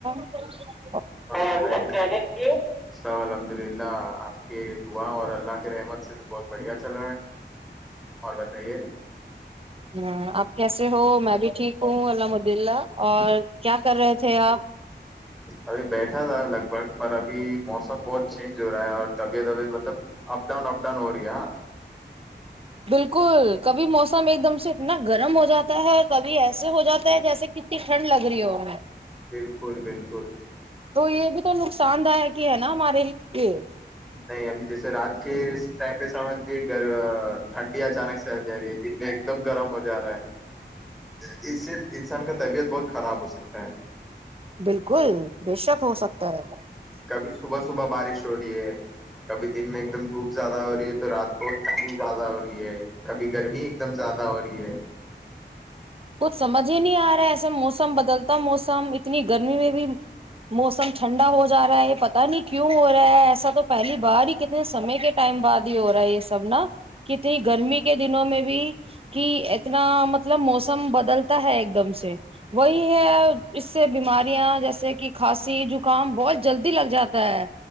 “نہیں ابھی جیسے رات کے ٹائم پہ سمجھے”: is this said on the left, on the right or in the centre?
Centre